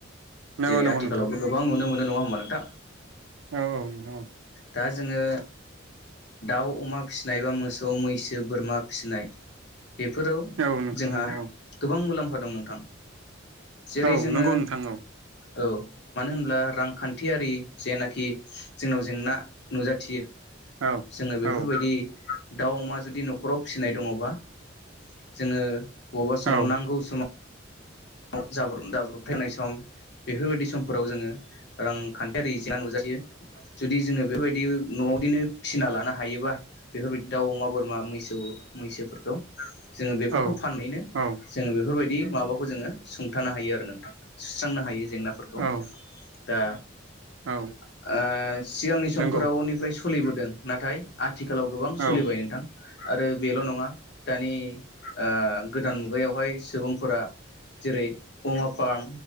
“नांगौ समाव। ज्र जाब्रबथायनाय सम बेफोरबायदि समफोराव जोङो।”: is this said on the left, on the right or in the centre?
Left